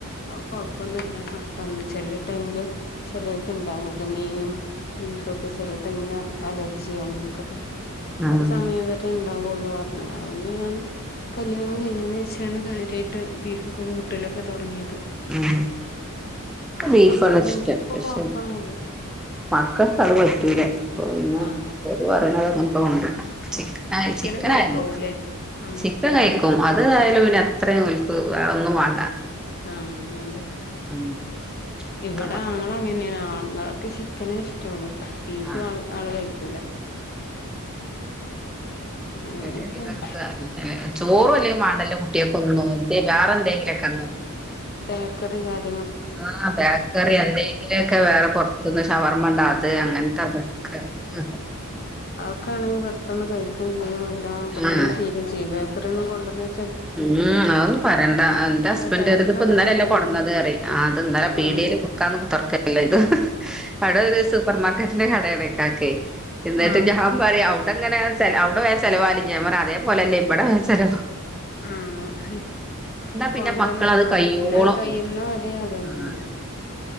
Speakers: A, on the left (about 45°); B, in the centre.
A: അഴ്കൊഴപ്പൊന്നുല്ലന്ന്പറഞ്ഞ് ചെല ടൈമില് ചെലർക്ക്ണ്ടാവുത്, മീനും ബീഫ് ഒക്കെ ചെല ടൈമില് അ അലർജി ആവു ന്ന്ക്കെ പറ, <inaudible>
B: ആഹ്
A: ഒരു സമയം വരെ <unintelligible> ഉള്ളൂ പറഞ്ഞ് അതിന്‌ ഞാന് കല്യാണം കഴിഞ്ഞേന് ശേഷാണ് കാര്യാട്ട് ബീഫൊക്കെ കൂട്ടല് ക്കെ തുടങ്ങിയത്.
B: ഉം ബീഫ്
A: അപ്പൊ
B: ആണ്‌
A: പിന്നെ
B: ഇഷ്ടം
A: എനിക്കിപ്പൊ
B: പക്ഷേ
A: കൊഴപ്പൊന്നുല്ല
B: മക്കക്ക് അത് പറ്റൂല ഓ പിന്നെ,
A: ആഹ്
B: ഓര് പറേണെ <unintelligible> ചിക്ക്നാ
A: ചിക്കനൊക്കെ
B: ചിക്കനായാ
A: കഴിക്കാവൂല്ലേ
B: <unintelligible>
A: ഉം
B: ചിക്കൻ കയ്ക്കും അത് ആയാലും പിന്ന അത്രയും വെലക്ക് വേറെ ഒന്നും വാണ്ട
A: ആ, അതെ
B: <unintelligible>
A: ഇവിടെ
B: മക്കള
A: ആങ്ങള അങ്ങനെയാ, ആങ്ങളക്ക് ചിക്കനേ ഇഷ്ടള്ളൂ. ബീഫ്
B: ആ
A: ആള്, ആള് കഴിക്കൂല. അങ്ങനെയൊക്കെയാണ്
B: വ്ടെ ഇതൊക്ക ഏ ചോറു വലിയ <unintelligible> <unintelligible> എന്തേ വേറെന്തേങ്കിലൊക്കെ അങ്ങ് <unintelligible>
A: ഇത് റേം കാല
B: ആഹ് ബേക്കറി എന്തേങ്കിലൊക്കെ വേറെ പൊറ്ത്ത്ന്ന് ശവർമണ്ടാ അത് അങ്ങൻത്തെ അതൊക്കെ ഉം
A: ക്കാണെങ്കിൽ പെട്ടെന്ന് കഴിക്കും ചെയ്യും എല്ലാം പെട്ടന്ന്
B: ഉം
A: തീരൂം ചെയ്യും ബേക്കറി ഒന്നും കൊണ്ടുവന്നവ
B: ഉം അതൊന്നും പറയണ്ട, ന്റെ ഹസ്ബൻഡ്
A: അത് കഴിയുന്ന
B: ഇത് ത്പ്പ
A: വരെ
B: ഇന്നലെല്ലെ
A: അതന്നെ
B: കൊട്ന്നത് റിയും ആ അത് ഇന്നലെ പീട്യെ
A: ആഹ്
B: <unintelligible> തുറക്കല്ല ഇത്, ഹ് ഹ് അവിടെ ഒരു സൂപ്പർ മാർക്കറ്റിന്റെ കടയാണ് ഇക്കാക്കെ എന്നിട്ട്
A: ആഹ്
B: ഞാൻ പറയും അവിടെങ്ങനേ ചെ അവിടെ വേം ചെലവാഉലേ ഞാ പറയും അതേ പോലെല്ലേ ബ്ടേ ചിലവൊ
A: ആഹ്, കൊണ്ടന്ന്
B: പിന്നെ മക്കളത്
A: ആ
B: കയ്യോളം
A: പിന്നെ കയ്യ്ന്ന വരെ അതന്നെയും
B: ആ